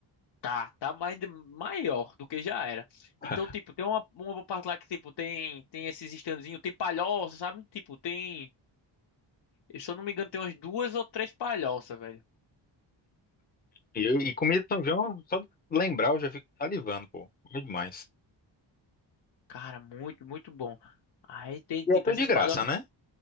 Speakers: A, on the left; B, on the left.
A: Tá, tá mais, maior do que já era.
B: <laughs>
A: Então, tipo, tem uma, uma parte lá que, tipo, tem, tem esses estandezinhos, tem palhoça, sabe? Tipo, tem. E se eu não me engano, tem umas duas ou três palhoças, velho.
B: E, eu- e comida de São João, só de lembrar, eu já fico salivando, pô. Bom demais.
A: Cara, muito, muito bom. Aí tem, tipo,
B: E é tudo
A: essas
B: de graça,
A: palhoças.
B: né?